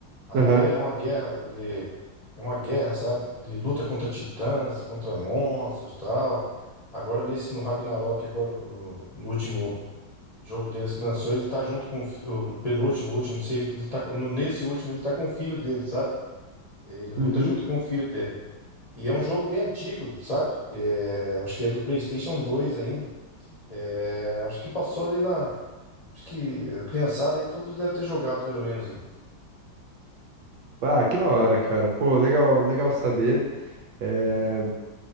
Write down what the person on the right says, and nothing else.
Aham.
Uhum.
Ah, que da hora, cara. Pô, legal, legal saber. É,